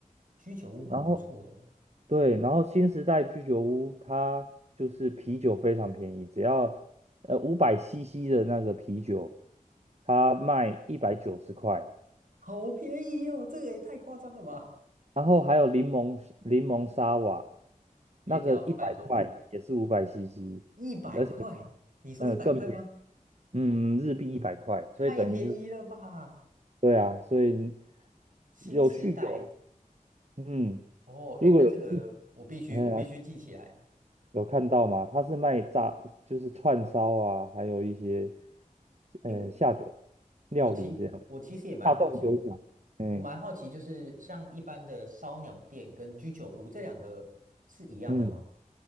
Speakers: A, on the right; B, on the right.
A: 居酒屋蛮不错的，
B: 然后对，然后新时代居酒屋它就是啤酒非常便宜，只要呃五百 CC 的那个啤酒，它卖一百九十块。
A: 好便宜哦，这个也太夸张了吧，
B: 然后还有柠檬柠檬沙瓦，
A: 也只要一百多。
B: 那个一百块也是五百 CC，
A: 一百块，
B: 而且
A: 你说一百块吗？
B: 嗯呃更便宜，嗯，日币一百块，所以等于就
A: 太便宜了吧！
B: 对啊，所以
A: 新时代
B: 有酗酒，嗯，
A: 哦，
B: 如果有
A: 哎，那这个我必须我必须记起来。
B: 呃有看到吗？他是卖炸，就是串烧啊，还有一些呃下酒
A: 哎，我我其我其实也蛮好奇，
B: 料理这样，大众酒厂，嗯
A: 我蛮好奇，就是像一般的烧鸟店跟居酒屋这两个是一样的吗？
B: 嗯，